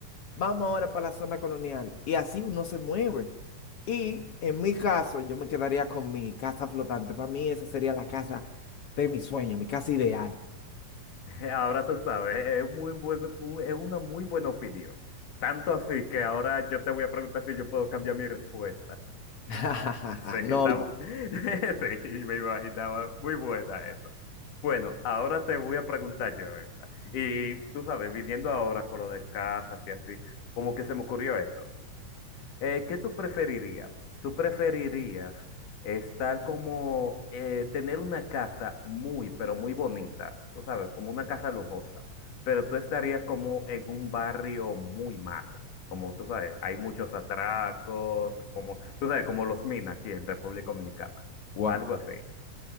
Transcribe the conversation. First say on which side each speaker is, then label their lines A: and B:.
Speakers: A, on the left; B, on the left.
A: vamos ahora para la zona colonial. Y así uno se mueve. Y en mi caso, yo me quedaría con mi casa flotante. Para mí esa sería la casa de mi sueño, mi casa ideal.
B: <laughs> Ahora tú sabes, es muy buen, un- es una muy buena opinión. Tanto así que ahora yo te voy a preguntar si yo puedo cambiar mi respuesta.
A: <laughs>
B: <laughs> Sí,
A: No,
B: está, bu- <laughs> sí, me imaginaba. Muy buena esta. Bueno, ahora te voy a preguntar yo esta. Y tú sabes, viniendo ahora con lo de casas y así, como que se me ocurrió esto. Eh, ¿qué tú preferirías? ¿Tú preferirías estar como eh, tener una casa muy, pero muy bonita, tú sabes, como una casa lujosa, pero tú estarías como en un barrio muy malo, como tú sabes, hay muchos atracos, como tú sabes, como los minas aquí en República Dominicana,
A: wow.
B: algo así.